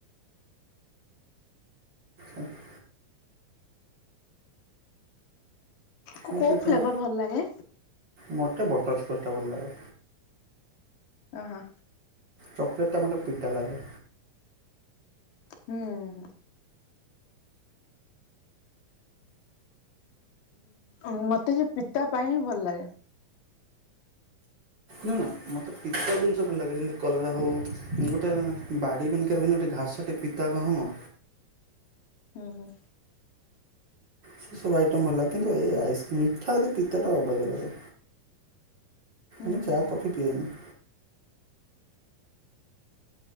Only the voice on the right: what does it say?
ଆଚ୍ଛା
ମୁଁ
ସେଥିପାଇଁ
ମୋତେ ବଟର ସ୍କଚ ଟା ଭଲ ଲାଗେ।
ଚକଲେଟ ଟା ମୋତେ ପିତା ଲାଗେ।
ନ ନା ମତେ ପିତା ଜିନିଷ ଭଲ ଲାଗେ ଯେମିତି କଲରା ହଉ ଗୋଟେ ବାଡିର <unintelligible> ଗୋଟେ ଘାସେ ପିତା ଗହମ।
ସେ ସବୁ ଆଇଟମ ହେଲା କିନ୍ତୁ ଏ ଆଇସକ୍ରିମ ମିଠା ଏତେ ପିତା ଟା ଅବାଗ୍ୟ ଲାଗେ।
ମୁଁ ଚାହା
କଫି ପିଏନି।